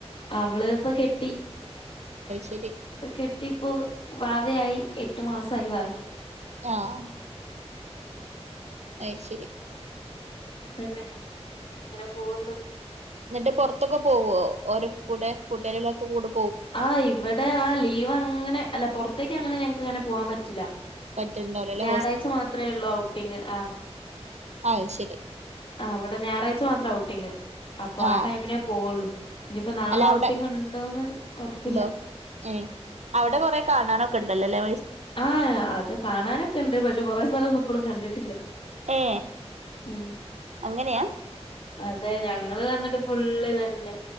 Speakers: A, on the left (about 50°); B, on the right (about 85°).
A: അവള് ഇപ്പൊ കെട്ടി
B: ശരി
A: ഇപ്പൊ കെട്ടിപ്പോൊ വാതയായി എട്ടു മാസമായി വായ്ക്ക
B: ആഹ് അയ് ശരി
A: അ തന്നെ ഇങ്ങനെ പോകുന്നു
B: എന്നിട്ട് പുറത്തൊക്കെ പോവോഓരൊക്കെ കൂടെ കൂട്ടേരിലൊക്കെ കൂടു
A: ആ് ഇവിടെ ആ ലീവ് അങ്ങനെ അല്ല പുൊറത്തേക്ക് അങ്ങനെ ഞങ്ങക്ക് അങ്ങനെ പോവാൻ പറ്റില്ല
B: പറ്റുണ്ടാവൂലല്ലേ
A: ഞായറാഴ്ച മാത്രമേ ഉള്ളു ഔട്ടിങ് ആ
B: ആ ശരി
A: ആ ഇവിടെ ഞായറാഴ്ച മാത്രേ ഔട്ടിങ്ങ് അപ്പൊ ആ
B: ആഹ്
A: ടൈമിനേ പോവുള്ളൂ ഇനിയിപ്പോ നാളെ
B: അല്ല അവിടെ
A: ഔട്ടിങ് ഉണ്ടോന്ന് ഒറപ്പില്ല
B: എന്തോ ഏ അവിടെ കൊറെ കാണാനോ ണ്ടല്ലേ
A: ആഹ അത് കാണാനൊക്കെ ഉണ്ട് പക്ഷെ കൊറെേ സ്ഥലം ഒന്നും ഇപ്പഴും കണ്ടിട്ടില്ല
B: ഏ
A: ഉം
B: അങ്ങനെയാ
A: അതെ ഞങ്ങള്ൾ തന്നിട്ട് ഫുള്ള് തന്നെ